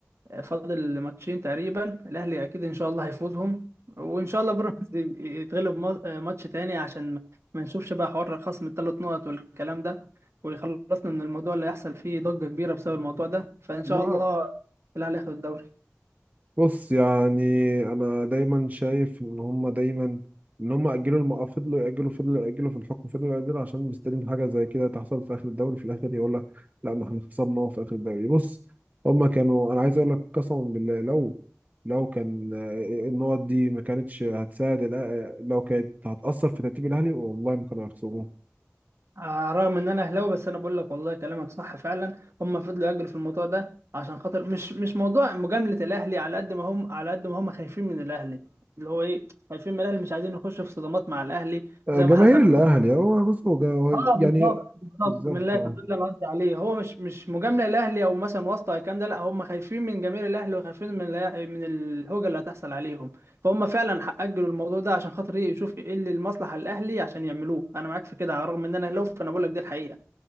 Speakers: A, on the right (about 60°); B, on the right (about 35°).
A: آه، فاضل ماتشين تقريبا الاهلي اكيد ان شاء الله هيفوزهم وان شاء الله بيراميدز يتغلب ما- آه، ماتش تاني عشان ما ما نشوفش بقى حوار خصم الثلاث نقط والكلام ده ويخلصنا من الموضوع اللي هيحصل فيه ضجه كبيره بسبب الموضوع ده فان شاء
B: ما
A: الله الاهلي ياخد الدوري
B: بص يعني انا دايما شايف ان هم دايما ان هم اجلوا الموضوع فضلوا ياجلوا فضلوا ياجلوا في الحكم فضلوا ياجلوا عشان مستنيين حاجه زي كده تحصل في اخر الدوري في الاخر يقول لك لا ما احنا خصمناه في اخر الدوري بص هم كانوا انا عايز اقول لك قسما بالله لو لو كان آه، النقط دي ما كانتش هتساعد الأ- آه، لو كانت هتاثر في ترتيب الاهلي والله ما كانوا هيخسروه
A: آه، رغم ان انا اهلاوي بس انا بقول لك والله كلامك صح فعلا هم فضلوا يأجلوا في الموضوع ده عشان خاطر مش مش موضوع مجاملة الاهلي على قد ما هم على قد ما هم خايفين من الاهلي اللي هو ايه خايفين من الاهلي مش عايزين نخش في صدمات مع الاهلي
B: آه،
A: زي
B: جماهير
A: ما حصل
B: الاهلي هو بص هو جا- هو
A: اه
B: يعني
A: بالظبط بالظبط
B: بالظبط
A: من الله يفضل اللي انا قصدي عليه هو مش مش مجاملة الاهلي او مثلا واسطة أو الكلام ده لا هم خايفين من جماهير الاهلي وخايفين من الأ- من الهوجة اللي هتحصل عليهم فهم فعلا ح- اجلوا الموضوع ده عشان خاطر ايه يشوف ايه اللي المصلحة الاهلي عشان يعملوه انا معاك في كده على الرغم ان انا اهلاوي فانا بقول لك دي الحقيقة